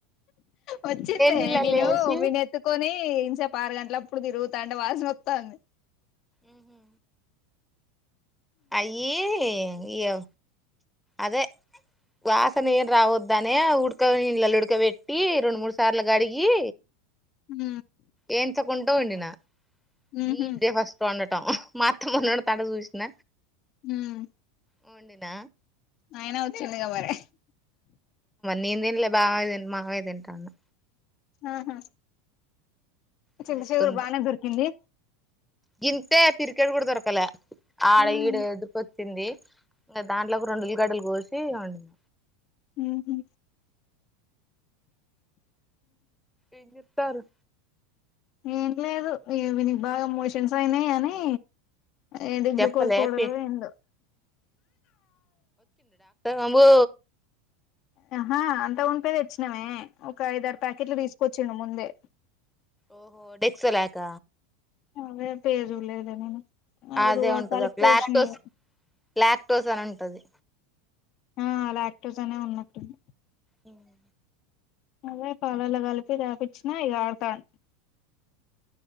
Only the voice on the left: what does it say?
వచ్చిందే
నిను
వినేత్ త్తుకొని ఇంత సేపు ఆరు గంటలప్పుడు తిరుగుతంటే వాసనోస్తాంది
మ్
ఉహు
హ్మ్
అయినా వచ్చిందిగా మరి
ఆహా చింతచిగురు
బానే దొరికింది
ఉహు
మ్ హూ
ఏం లేదు ఇగ వీనికి బాగా మోషన్స్ అయినాయి అని ఎంటిది గ్లుకోస్
పౌడరో
ఎందో
ఆహా అంతమునుపే తెచ్చినమే ఒక ఐద ఆరు ప్యాకెట్లు తీసుకొచిండు ముందే
అదే పేరుజూళ్ళేదే నిను అది
పుడు
కాలిపి
పోశిన
ఇగ
ఆ లాక్టోస్ అనే ఉన్నట్టుంది
అదే పాలల్ల కలిపి తాపిచ్చిన ఇగ ఆడుతాండు